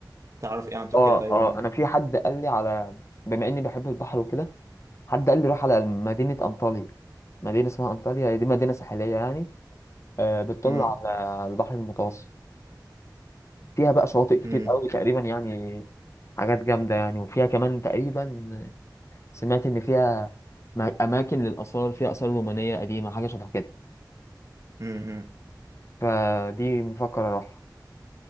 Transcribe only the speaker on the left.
اه
اه
انا في حد قال لي على بما اني بحب البحر وكده حد قال لي روح على مدينه انطاليا مدينة اسمها أنطاليا هي دي مدينة ساحلية يعني آه، بتطل
على على البحر المتوسط فيها بقى شواطئ كتير
قوي تقريبا يعني حاجات جامدة يعني وفيها كمان تقريبا سمعت إن فيها م- أماكن للآثار فيها آثار رومانية قديمة حاجة شبه كده
فدي مفكر أروح